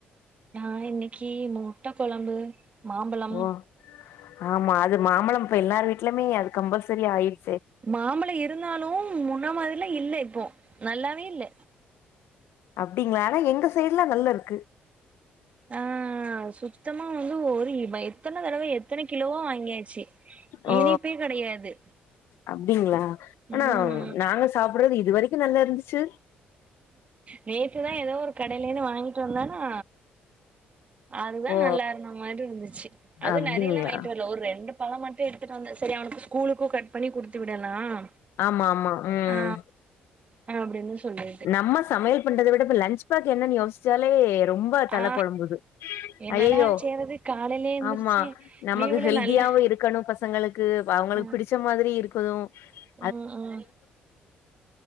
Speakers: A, on the right (about 35°); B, on the left (about 80°).
A: நான் இன் கி முட்ட கொழம்பு மாம்பழம்
B: ஓ ஆமா அது மாம்பழம் இப்ப எல்லார் வீட்லுமே அது கம்பல்சரி ஆயிட்டு
A: மாம்பழம் இருந்தாலும் முன்ன மாரிலாம் இல்ல இப்போ நல்லாவே இல்ல
B: அப்படிங்களா ஆனா எங்க சைடு எல்லாம் நல்லா இருக்கு
A: ஆ சுத்தமா <unintelligible> இ எத்தனை தடவை எத்தனை கிலோவா வாங்கியாச்சு
B: ஓ
A: இனிப்பே கிடையாது
B: அப்டிங்களா ஆனா
A: ம்
B: நாங்க சாப்டுறது இது வரைக்கும் நல்லா இருந்துச்சு
A: நேத்துதான் ஏதோ ஒரு கடையிலேன்னு வாங்கிட்டு வந்தானா அதுதான்
B: ஓ
A: நல்லா இருந்த மாரி இருந்துச்சு அதுவும்
B: அப்டிங்களா
A: நறைய எல்லாம் வாங்கிட்டு வரல ஒரு ரெண்டு பழம் மட்டும் இரு வந்த சரி அவனுக்கு ஸ்கூலுக்கும் கட் பண்ணி குடுத்து விடலாம்
B: ஆமா ஆமா ம்
A: ஆ ஆ அப்டின்னு சொல்லு
B: நம்ம சமையல் பண்றதை விட ப லஞ்ச் பேக் என்ன யோசி சாலே ரொம்ப தலை
A: ஆ
B: குழம்புது
A: என்னடா
B: ஐயயோ
A: செய்றது காலையிலயே எந்திரிச்சு
B: ஆமா நமக்கு
A: லீவுல
B: ஹெல்தியாவ
A: நல்ல
B: இருக்கணும் ஃபர்ஸ்ட் ங்களுக்கு அவங்களுக்கு
A: ம்
B: பிடிச்ச மாதிரி இருக்கு <unintelligible>
A: ம் ம்